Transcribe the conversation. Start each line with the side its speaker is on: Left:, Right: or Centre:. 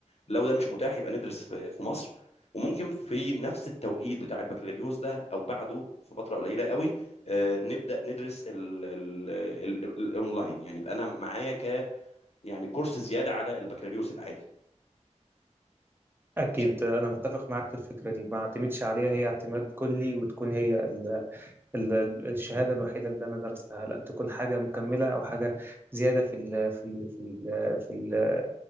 Left: لو ده مش متاح يبقى ندرس في في مصر وممكن في نفس التوقيت بتاع البكالوريوس ده او بعده في فتره قليله قوي آه، نبدا ندرس ال- ال- ال- ال- الاونلاين يعني يبقى انا معايا ك يعني كورس زياده على البكالوريوس العادي
Right: أكيد
Left: مش
Right: آه، أنا متفق معاك في الفكرة دي ما اعتمدش عليها هي اعتماد كلي وتكون هي ال- الشهادة الوحيدة اللي أنا درستها لا تكون حاجة مكملة أو حاجة زيادة في ال في ال في ال في ال